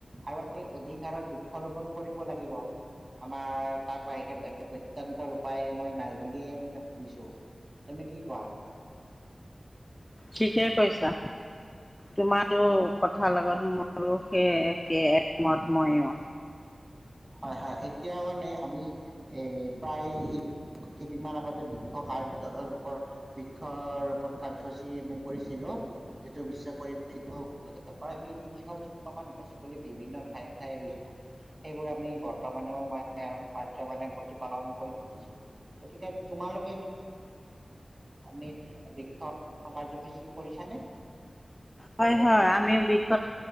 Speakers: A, on the right; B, on the left.
A: আৰু আমি অধিক হাৰত বৃক্ষৰোপন কৰিব লাগিব আমাৰ তাৰ বাহিৰে বেলেগ অত্য়ন্তৰ উপায় মই নাই বুলিয়ে ম ভাবিছোঁ। তুমি কি কোৱা?
B: ঠিকেই কৈছা। তোমাৰো কথাৰ লগত মোৰো সেই একে একমত, ময়ো
A: <inaudible> হয়, হয় এতিয়া মানে আমিও এ প্ৰায় কেইদিনমান আগতে, বৃক্ষ কাৰ ৰপ বৃক্ষ ৰূপণ কাৰ্যসূচী আমি কৰিছিলো যিটো বিশ্ব পৰিৱেশৰ, প্ৰায় আমি তিনিশ মান গছ পুলি বিভিন্ন ঠায়ে - ঠায়ে ৰুইছো। সেইবোৰ আমি বৰ্তমানেও মানে, মানে প্ৰতিপালন কৰিছো, গতিকে তোমালোক আমি বৃক্ষ কাৰ্যসূচী কৰিছানে? পৰিৱেশৰ
B: হয়, হয়
A: বাবে
B: আমিও, বৃক্ষ